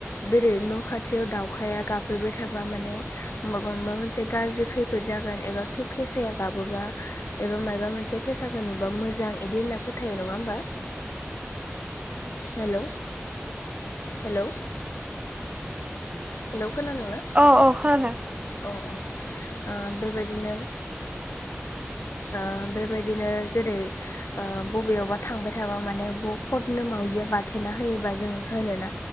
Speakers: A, on the left (about 75°); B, on the right (about 30°).
A: बे ओरै न' खाथियाव दावउखाया गाफहैबाय थाबा माने माबा मोनसे गाज्रि खैफोद जागोन एबा फेसाया गाबोबा एबा मायबा मोनसे फेसखो नुबा मोजां बिदि होनना फोथायो नङा होमबा हेल' हेल' हेलौ खोनादों ना
B: औ औ खोनादों
A: अ अ बेबायदिनो ओ बे बेबायदिनो जेरै बबेयावबा थांबाय थाबा माने फटनो मावाउजिया बारथेना होयोबा जों होनोना